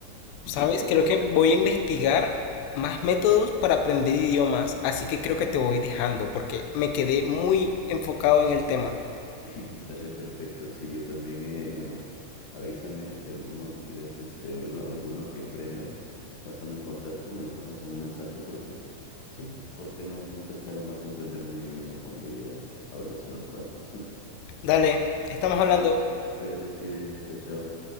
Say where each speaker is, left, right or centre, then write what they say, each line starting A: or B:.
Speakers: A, on the left; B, on the left.
A: Yo
B: ¿sabes?
A: es-
B: Creo
A: es-
B: que voy
A: escucho
B: a investigar más métodos para aprender idiomas, así que creo que te voy dejando porque me quedé muy enfocado en el tema.
A: <laughs> Sale perfecto, sí, yo también, eh, bueno, avísame de alguno que quieras, este, o no, de alguno que aprendas, pásame el contacto, me lo mandas en un mensaje porque, sí, porque no? Nunca está de más aprender un idioma cuando ya hablas unos cuantos. <laughs>
B: Dale, estamos hablando.
A: Bueno, cuídate, Steven, chao, chao.